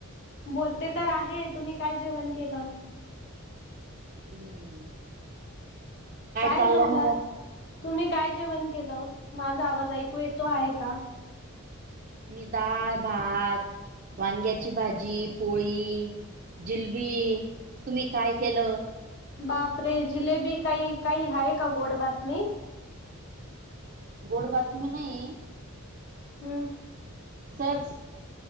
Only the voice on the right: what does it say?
हम्म
चाललं
मग
मी डाळ, भात वांग्याची भाजी, पोळी जिलबी तुम्ही काय केलं
गोड बातमी नाही
सहज